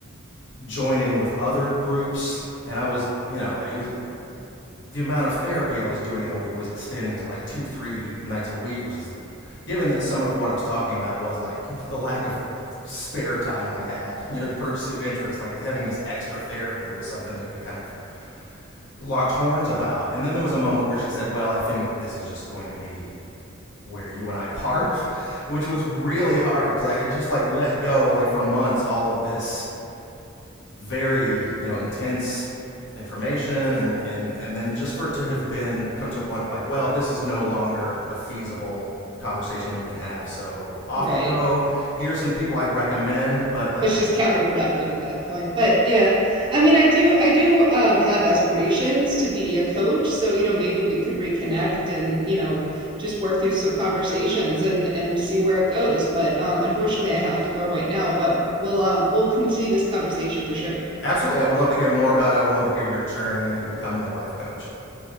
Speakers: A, on the left; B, on the right.
A: join in with other groups, and I was you know it was the amount of therapy I was doing in a week was extending to like two three nights a week, which is given that some of what I was talking about was like <laughs> the lack of spare time I had, you know, to pursue interests, like having this extra therapy was something that we kind of locked horns about. And then there was a moment where she said, Well, I think this is just going to be where you and I part, <laughs> which was really hard because I had just like let go, like for months, all of this very, you know, intense information and and and then just for it to have been come to a point like well this is no longer a feasible conversation we can have so off
B: right
A: you go here's some people i recommend but like
B: was just counterproductive at that point. But yeah, I mean, I do, I do um, have aspirations to be a coach. So, you know, maybe we could reconnect and, you know, just work through some conversations and and see where it goes. But um, unfortunately, I have to go right now. But we'll um, we'll continue this conversation for sure.
A: absolutely i would love to hear more about it. i would love to hear your journey into becoming a life coach